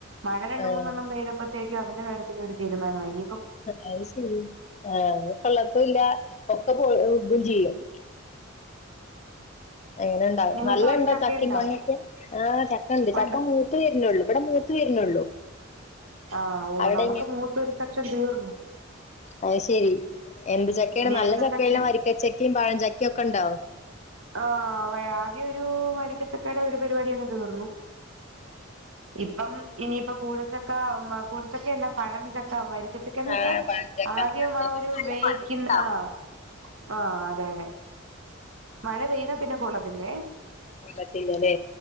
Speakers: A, on the right; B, on the left.
A: മഴ രണ്ട്
B: ആഹ്
A: മൂന്നെണ്ണം പെയ്തപ്പോ ത്തെക്കും അതിന്റെ കാര്യത്തിൽ ഒരു തീരുമാനമായി ഇനി
B: അയിശരി ആ കൊള്ളത്തുഇല്ല ഒക്കെ പോകു കും ചെയ്യും അങ്ങനെ ഉണ്ടാവും
A: നിങ്ങൾക്ക്
B: നല്ല
A: അവിടെ
B: ഇണ്ടോ
A: ചക്കയുണ്ടോ
B: ചക്കിം മാങ്ങൊക്കെ ആഹ് ചക്ക ഉണ്ട് ചക്ക
A: ഉണ്ടോ
B: മൂ മൂത്ത് വരുന്നുള്ളൂ ഇവിടെ മൂത്ത് വരുന്നുള്ളൂ
A: ആഹ് ഓ
B: അവിടെ
A: നമുക്ക് മൂത്ത് ഒരു സെക്ഷൻ തീർന്നു
B: അയിശെരി എന്ത് ചക്കയാണ്
A: ഇനി
B: നല്ല
A: അടുത്ത
B: ചക്കെല്ലാം
A: സെക്ഷൻ
B: വരിക്കച്ചക്കയും പഴം ചക്കയും ഒക്കെ ഉണ്ടോ
A: ആഹ് ആദ്യം ഒരു വരിക്കച്ചക്കയുടെ ഒരു പരിപാടി അങ്ങ് തീർന്നു ഇപ്പം ഇനിയിപ്പം കൂഴച്ചക്ക കൂഴച്ചക്കല്ല പഴം ചക്ക വരിക്കച്ചക്ക ക്കന്ന്
B: ആഹ്
A: വെച്ചാ
B: പഴഞ്ചക്ക
A: ആദ്യം
B: പഴഞ്ചക്കക്ക്
A: ആഹ് ഒരു
B: നല്ല
A: വേയിക്കി
B: മധുരം ഉണ്ടാവും
A: ആഹ് ആഹ് അതെ അതെ മഴ പെയ്താ പിന്നെ കൊള്ളതില്ലേ
B: കൊള്ളത്തില്ലല്ലേ